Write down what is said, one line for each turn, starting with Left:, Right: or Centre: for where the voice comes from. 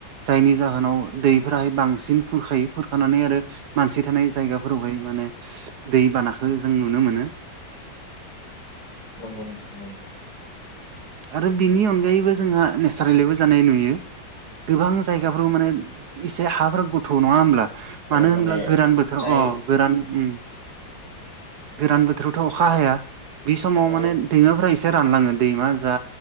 Right: जायनि जाहोनाव दैफोराहाय बांसिन खुरखायो खुरखानानै आरो मानसि थानाय जायगाफोरावहाय माने दैबानाखौ जों नुनो मोनो।
Left: नंगौ नोंथां नंगौ
Right: आरो बिनि अनगायैबो जोंहा नेसारेलिबो जानाय नुयो। गोबां जायगाफ्राव माने एसे हाफोर गोथ' नङा होनोमब्ला मानो
Left: अ
Right: होनब्ला
Left: माने
Right: गोरान बोथोराव
Left: जाय
Right: अ गोरान ओम गोरान बोथोरावथ' अखा हाया। बे समाव
Left: नंगौ
Right: माने दैमाफोरा एसे रानलांगोन। दैमा जा